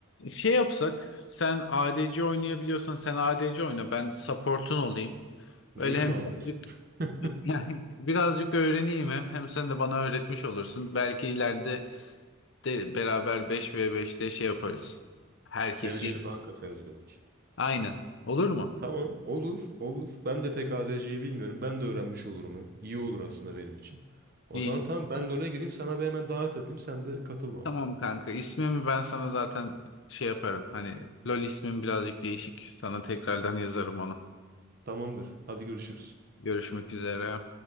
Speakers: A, on the left; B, on the right.
A: Şey yapsak, sen ADC oynayabiliyorsan sen ADC oyna, ben support'un olayım.
B: Yumi
A: Öyle hem
B: mi alacaksın?
A: birazcık
B: <laughs>
A: <laughs> yani birazcık öğreneyim hem hem sen de bana öğretmiş olursun. Belki ileride de beraber beş ve beşte şey yaparız. Herkesi.
B: Dereceli falan kasarız belki.
A: Aynen. Olur mu?
B: Tamam olur olur. Ben de pek ADC'yi bilmiyorum. Ben de öğrenmiş olurum hem. İyi olur aslında benim için. O
A: İyi.
B: zaman tamam ben LoL'e gireyim sana bir hemen davet atayım sen de katıl bana.
A: Tamam kanka. İsmimi ben sana zaten şey yaparım. Hani LoL ismim birazcık değişik. Sana tekrardan yazarım onu.
B: Tamamdır. Hadi görüşürüz.
A: Görüşmek üzere.